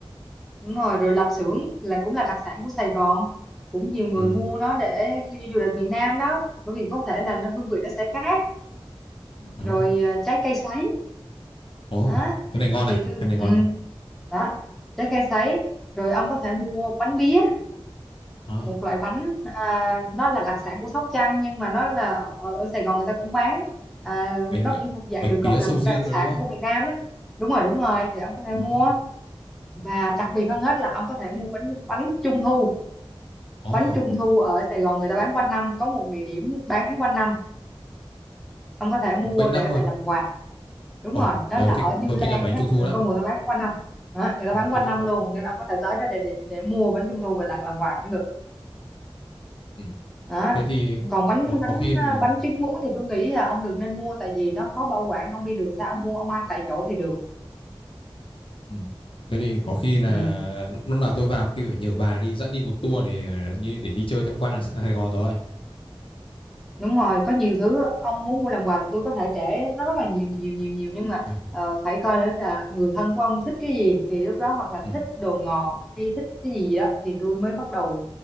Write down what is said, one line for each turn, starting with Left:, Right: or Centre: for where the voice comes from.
Centre: đúng rồi rồi lạp xưởng là cũng là đặc sản của Sài Gòn cũng nhiều người
Left: Ừ.
Centre: mua nó để khi đi du lịch miền Nam đó bởi vì có thể là nó hương vị nó sẽ khác
Left: Đó.
Centre: rồi ờ, trái cây sấy
Left: Ồ,
Centre: đó
Left: cái này ngon này,
Centre: thì tôi
Left: cái này ngon
Centre: ừ.
Left: này.
Centre: đó trái cây sấy rồi ông có thể mua bánh bía
Left: à
Centre: một loại bánh à, nó là đặc sản của Sóc Trăng nhưng mà nó là ở, ở ở Sài Gòn người ta cũng bán à,
Left: Bánh
Centre: nó
Left: ờ,
Centre: cũng thuộc dạng
Left: bánh
Centre: được
Left: pía
Centre: gọi là
Left: sầu
Centre: một
Left: riêng
Centre: đặc sản
Left: rồi đúng không?
Centre: của miền Nam đó đúng rồi đúng rồi thì ông có thể
Left: Ồ.
Centre: mua và đặc biệt hơn
Left: Ồ.
Centre: hết là ông có thể mua bánh bánh trung thu
Left: Ồ,
Centre: bánh trung thu ở Sài Gòn người ta bán quanh năm có một địa điểm bán quanh năm ông có thể mua
Left: quanh năm
Centre: để
Left: luôn.
Centre: về làm quà đúng
Left: Ôi,
Centre: rồi đó
Left: tôi
Centre: là
Left: thích
Centre: ở Như
Left: tôi
Centre: Lan
Left: thích ăn bánh
Centre: á
Left: trung thu
Centre: rồi
Left: lắm.
Centre: con mùa tao bán quanh năm đó, người ta
Left: Ừ,
Centre: bán
Left: thế
Centre: quanh
Left: thì
Centre: năm
Left: có
Centre: luôn nên ông có thể tới đó để để, để mua bánh trung thu về tặng làm quà cũng được
Left: ừ.
Centre: đó
Left: Thế thì
Centre: còn bánh
Left: có
Centre: bánh
Left: có khi là-
Centre: bánh trứng muối thì tôi nghĩ là ông đừng nên mua tại vì nó khó bảo quản ông đi đường xa ông mua ông ăn tại chỗ thì được
Left: ừ. Thế thì có khi là
Centre: ừ
Left: lúc lúc nào tôi vào khi phải nhờ bà đi dẫn đi một tour để ờ, như để đi chơi tham quan ở Sài Gòn rồi.
Centre: đúng rồi có nhiều thứ ông muốn mua làm quà tôi có thể kể nó rất là nhiều nhiều nhiều nhiều nhưng mà
Left: Ừ.
Centre: ờ, phải coi nữa là người thân của ông thích cái gì thì lúc đó hoặc là
Left: Ừ.
Centre: thích đồ ngọt hay thích cái gì gì đó thì tôi mới bắt đầu